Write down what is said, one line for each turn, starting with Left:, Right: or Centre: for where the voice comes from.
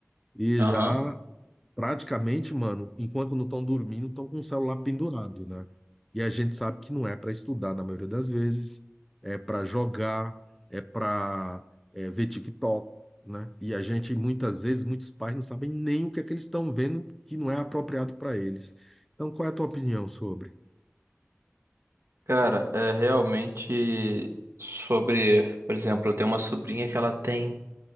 Centre: E
Right: aham.
Centre: já praticamente, mano, enquanto não estão dormindo, estão com o celular pendurado, né? E a gente sabe que não é para estudar na maioria das vezes, é para jogar, é para ver TikTok, né? E a gente, muitas vezes, muitos pais não sabem nem o que é que eles estão vendo que não é apropriado para eles. Então, qual é a tua opinião sobre?
Right: Cara, é realmente sobre, por exemplo, eu tenho uma sobrinha que ela tem